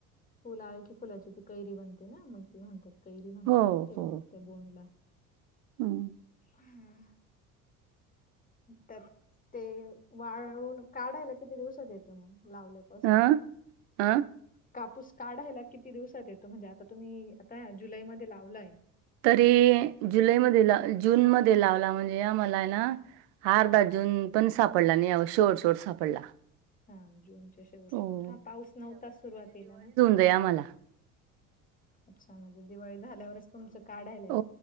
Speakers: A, on the left; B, on the right.
A: फुल आहे की फुलाची ती कैरी बनते ना मग ती म्हणतात. कैरी म्हणतात
B: हो,
A: ना त्याला
B: हो.
A: त्या बोंडला.
B: हम्म.
A: हम्म. त्यात ते वाळून काढायला किती दिवसात येतो मग लावल्याव? असून
B: हं. अ, अ,
A: कापूस काढायला किती दिवसात येतो म्हणजे आता तुम्ही आता जुलैमध्ये लावलाय.
B: तरी जुलैमध्ये ल जूनमध्ये लावला म्हणजे आम्हाला हाय ना? अर्धा
A: हा
B: जून पण सापडला नाही. या शेवट शेवट सापडला
A: हा जूनच्या शेवट
B: हो.
A: शेवट हा पाऊस नव्ह तास सुरुवातीला ना?
B: दया मला.
A: अच्छा! म्हणजे दिवाळी झाल्यावरच तुमच कार्ड आहे.
B: हो